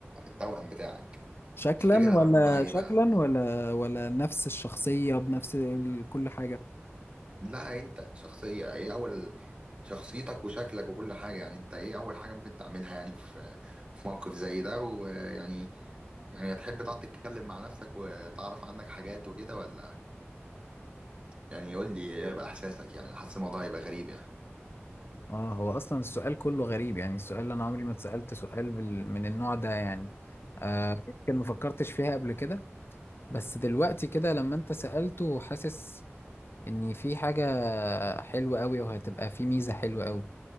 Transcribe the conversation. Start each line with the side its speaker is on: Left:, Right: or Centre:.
Right: التوأم بتاعك
Left: شكلا
Right: تفتكر
Left: ولا
Right: هتعمل معاه ايه
Left: شكلا
Right: بقى؟
Left: ولا ولا نفس الشخصية بنفس ال- كل حاجة
Right: لا انت شخصية ايه اول شخصيتك وشكلك وكل حاجة يعني انت ايه اول حاجة ممكن تعملها يعني في في موقف زي ده ويعني يعني هتحب تقعد تتكلم مع نفسك وتعرف عنك حاجات وكده ولا يعني قول لي ايه بقى احساسك يعني حاسس الموضوع هيبقى غريب يعني
Left: اه هو اصلا السؤال كله غريب يعني السؤال اللي انا عمري ما اتسألت سؤال بال... من النوع ده يعني آه يمكن ما فكرتش فيها قبل كده بس دلوقتي كده لما انت سألته حاسس ان في حاجة حلوة قوي وهتبقى في ميزة حلوة قوي